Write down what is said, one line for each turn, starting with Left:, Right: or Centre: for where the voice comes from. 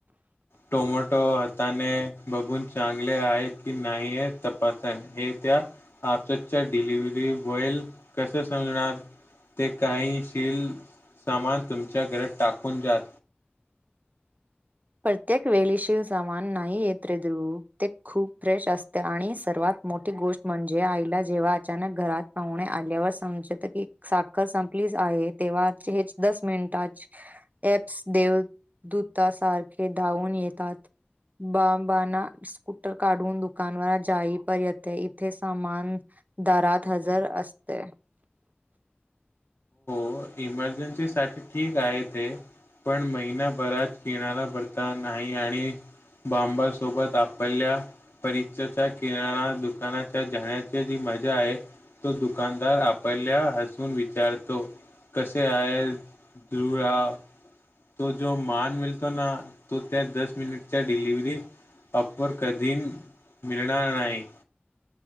Left: टोमोटो हाताने. बघून चांगले आहेत की नाहीय तपासण हे त्या आपसच्या डिलिव्हरी, बॉयल कसं सांगणार. ते काहीशील सामान तुमच्या घरात टाकून द्या.
Right: प्रत्येक वेळे शील सामान नाही येत रे द्रुप ते खूप फ्रेश असते आणि सर्वात मोठी गोष्ट म्हणजे, आईला जेव्हा अचानक घरात पाहुणे आल्यावर समजत, की साखर संपलीच आहे, तेव्हा हेच दस मिनिटा एपस देवदूतासारखे धावून येतात. बाबाणा स्कूटर काढून दुकानवर जाई, परर्यंत इथे सामान दारात हजर असते.
Left: हो इमर्जन्सी साठी ठीक आहे ते. पण महिनाभरात पिणारा बरता नाही आणि बांब सोबत आपल्या परिचचा किराणा दुकानाच्या जाण्याची जी मजा आहे. तो दुकानदार आपल्या हसून विचारतो. कसे आहेस, दूळा. तो जो मान मिळतो ना, तो त्या दस मिनिटच्या डिलिव्हरी अपर कधी मिळणार नाही.